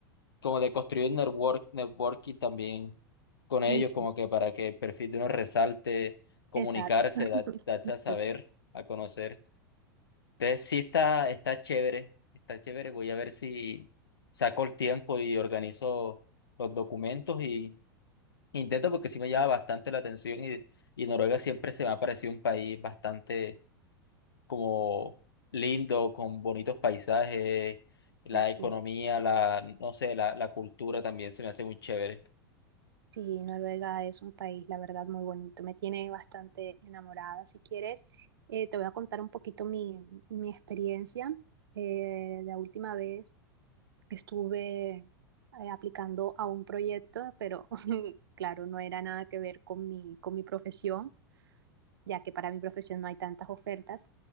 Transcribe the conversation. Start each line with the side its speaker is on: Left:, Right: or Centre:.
Left: como de construir network, networking también con ellos,
Right: Mm, Sí,
Left: como que para que el perfil de uno resalte, comunicarse,
Right: exacto. <laughs>
Left: dar- darse a saber,
Right: Sí,
Left: a conocer. Entonces sí está, está chévere, está chévere. Voy a ver si saco el tiempo y organizo los documentos y intento porque sí me llama bastante la atención y, y Noruega siempre se me ha parecido un país bastante como lindo, con bonitos paisajes, la
Right: precioso.
Left: economía, la, no sé, la, la cultura también se me hace muy chévere.
Right: Sí, Noruega es un país, la verdad, muy bonito. Me tiene bastante enamorada. Si quieres, eh, te voy a contar un poquito mi, mi experiencia. Eh, la última vez. Estuve eh, aplicando a un proyecto, pero <laughs> claro, no era nada que ver con mi, con mi profesión, ya que para mi profesión no hay tantas ofertas.